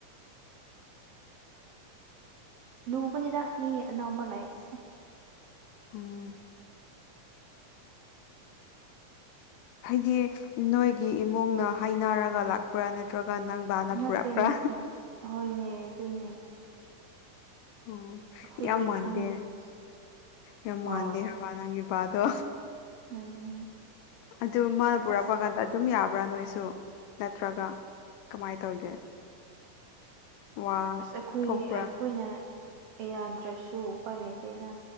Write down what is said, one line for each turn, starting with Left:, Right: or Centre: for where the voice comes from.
Right: ꯂꯨꯕꯅꯤꯗ ꯃꯤ ꯑꯅꯧꯕ ꯂꯩꯏꯕꯁꯦ
Left: ꯎꯝ ꯍꯥꯏꯗꯤ ꯅꯣꯏꯒꯤ ꯏꯃꯨꯡꯅ ꯍꯥꯏꯅꯔꯒ ꯂꯥꯛꯄ꯭ꯔꯥ ꯅꯠꯇ꯭ꯔꯒ ꯅꯪ ꯕꯥꯅ
Right: ꯅꯠꯇꯦ
Left: ꯄꯨꯔꯛꯄ꯭ꯔꯥ
Right: ꯅꯠꯇꯦ ꯍꯣꯏꯅꯦ ꯑꯗꯨꯅꯦ
Left: ꯑꯣ
Right: ꯑꯩꯈꯣꯏꯗꯤ
Left: ꯌꯥꯝ ꯃꯥꯟꯗꯦ
Right: ꯈꯪꯉꯤ
Left: ꯌꯥꯝ
Right: ꯍꯣꯏ
Left: ꯃꯥꯟꯗꯦ ꯍꯥꯏꯕ ꯅꯪꯒꯤ ꯅꯨꯄꯥꯗꯣ꯫
Right: ꯎꯝ
Left: ꯑꯗꯨ ꯃꯥꯅ ꯄꯨꯔꯛꯄ
Right: ꯑꯁ
Left: ꯀꯥꯟꯗ ꯑꯗꯨꯝ ꯌꯥꯕ꯭ꯔꯥ ꯅꯣꯏꯁꯨ ꯅꯠꯇ꯭ꯔꯒ ꯀꯃꯥꯏꯅ ꯇꯧꯒꯦ꯫ ꯋꯥ
Right: ꯑꯁ ꯑꯩꯈꯣꯏ
Left: ꯊꯣꯛꯄ꯭ꯔꯥ
Right: ꯑꯩꯈꯣꯏꯅ ꯌꯥꯗ꯭ꯔꯁꯨ ꯎꯄꯥꯏ ꯂꯩꯇꯦꯅ